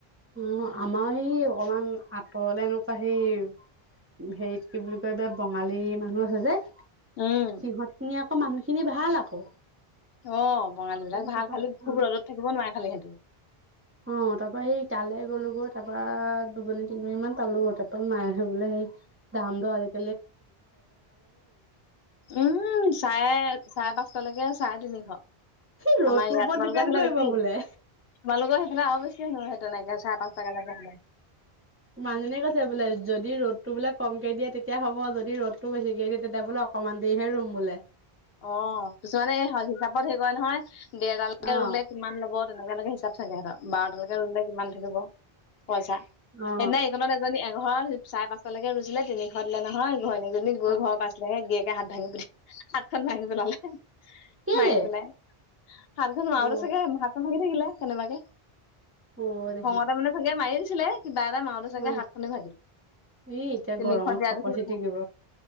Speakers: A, on the right; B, on the left.
A: অ' আমাৰ সেই অকমান আঁতৰলে এনেকুৱা সেই হেৰিত কি বুলি কয় এই বঙালী মানুহ আছে যে
B: উম
A: সিহঁত খিনি আকৌ মানুহ খিনি ভাল আকৌ
B: অ', বঙালী বিলাক ভাল
A: তাৰপা
B: খালি
A: অ
B: খুব ৰ'দত থাকিব নোৱাৰে খালি সিহতি
A: অ' তাৰ পৰা সেই তালে গ'লো গৈ তাপা দুজনী তিনজনী মান পালো তাপা মায়ে বোলে হে দাম দৰ আ
B: উম চাৰে চাৰে পাঁচ পাঁচালৈকে চাৰে তিনিশ আমাৰ
A: সি ৰ'দটোৰ
B: ইয়াত
A: ওপৰত
B: তোমালোকৰ
A: ডিপেণ্ড
B: হেফালে
A: কৰিব
B: বেছি তোমালোকৰ
A: বোলে
B: হেফালে আৰু বেছি হেনো সেই তেনেকে চাৰে পাঁচটালেকে হলে
A: মানুহনীয়ে কৈছে বোলে যদি ৰ'দটো বোলে কমকে দিয়ে তেতিয়া হ'ব যদি ৰ'দটো বেছিকে দিয়ে তেতিয়া বোলে অকমান দিৰিহে ৰুম বোলে
B: অ' কিছুমানে হিচাপত হেই কৰে নহয় দেওতালৈকে
A: অ
B: ৰুলে কিমান লব তেনেকুৱাকে হিচাপ থাকে হেঁত বাৰটালকে ৰুলে কিমান থাকিব পইচা
A: অ
B: সেইদিনা এইকণত এজনী এঘৰ চাৰে পাঁচটালৈকে ৰুইছিলে তিনিশ দিলে নহয় ঘৈনকজনী গৈ
A: অ
B: ঘৰ পাইছিলহে গীৰিয়েকটো হাত ভাঙি হাতখন ভাঙি পেলালে
A: কেলে
B: মাৰি পেলাই হাতখন মাওতে
A: অ
B: চাগে হাতখন ভাগি থাকিলে কেনেবাকে
A: অ দেখি
B: খঙতে মানে চাগে মাৰি দিছিলে কিবা এটা মাউতে চাগে
A: অ
B: হাতখনে ভাগিলো
A: ই এতিয়া
B: তিনিশ
A: গৰমত
B: দিয়া
A: ফাপৰ
B: দেখি
A: ছিটিকিব
B: খঙত